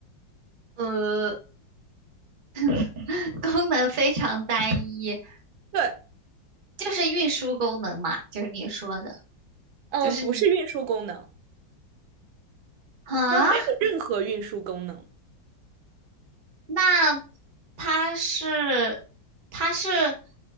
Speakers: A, on the right; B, on the right.
A: 呃，<laughs> 功能非常单一，
B: 对，
A: 就是运输功能嘛，就是你说的，
B: 嗯，
A: 就是你
B: 不是运输功能，
A: 啊，
B: 它没有任何运输功能，
A: 那它是，它是，